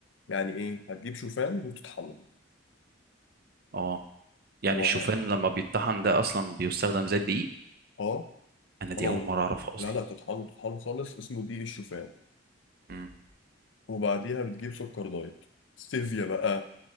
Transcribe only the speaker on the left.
يعني ايه هتجيب شوفان وتطحنه
وه...
اه
تطحنه
لا لا تطحنه تطحنه خالص اسمه دقيق الشوفان
وبعديها بتجيب سكر دايت ستيفيا بقى